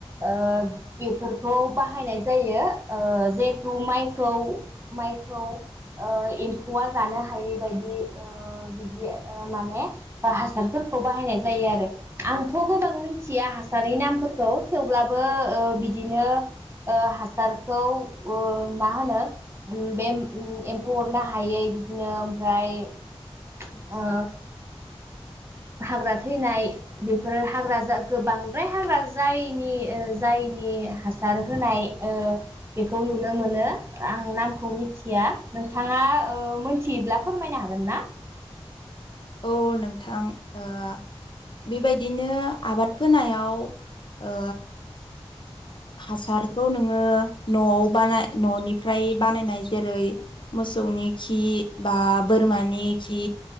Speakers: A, on the right; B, on the left.
A: ओ बेफोरखौ बाहायनाय जायो ओ जिहेथु माइखौ माइखौ ओ एम्फौआ जानो हायै बाइदि ओ बिदि माने हासारफोरखौ बाहायनाय जायो आरो आंथ गोबां मिथिया हासारनि नामफोरखौ थेवब्लाबो ओ बि बिनो ओ हासारखौ ओ मा होनो बे एम्फौ अरनो हायै बिदिनो ओमफ्राय ओ हाग्रा थैनाय बेफोरो हाग्रा जा गोबांद्राय हाग्रा जायिनि जायनि हासार होनाय ओ बेखौ नुनो मोनो आं नामखौ मिथिया नोंथाङा ओ मोनथियोब्ला फोरमायनो हागोन ना?
B: औ नोंथां। ओ बेबायदिनो आबाद फोनायाव ओ हासारखौ नोङो नआव बानाय ननिफ्राय बानायनाय जेरै मोसौनि खि बा बोरमानि खि